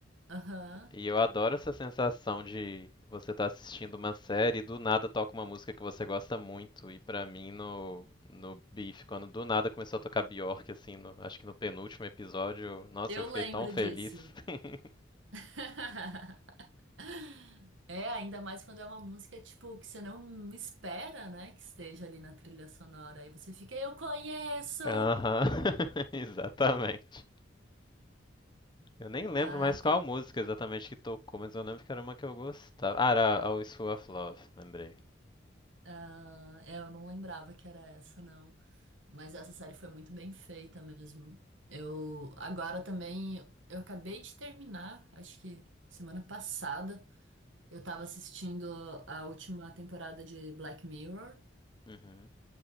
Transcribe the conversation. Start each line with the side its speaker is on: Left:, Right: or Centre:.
Right: Aham.
Left: E eu adoro essa sensação de você estar assistindo uma série e do nada toca uma música que você gosta muito. E pra mim no no Beef, quando do nada começou a tocar Bjork assim, no- acho que no penúltimo episódio, eu- nossa,
Right: Eu
Left: eu fiquei
Right: lembro
Left: tão feliz.
Right: disso.
Left: <laughs>
Right: <laughs> É, ainda mais quando é uma música, tipo, que você não espera, né, que esteja ali na trilha sonora. Aí você fica, eu conheço!
Left: Aham. <laughs> Exatamente. Eu nem lembro
Right: Ai,
Left: mais
Right: tem,
Left: qual música exatamente que tocou, mas eu lembro que era uma que eu gostava. Ah, era Always Full of Love, lembrei.
Right: Ah, é, eu não lembrava que era essa, não. Mas essa série foi muito bem feita mesmo. Eu agora também, eu acabei de terminar, acho que semana passada, eu tava assistindo a última temporada de Black Mirror
Left: Uhum.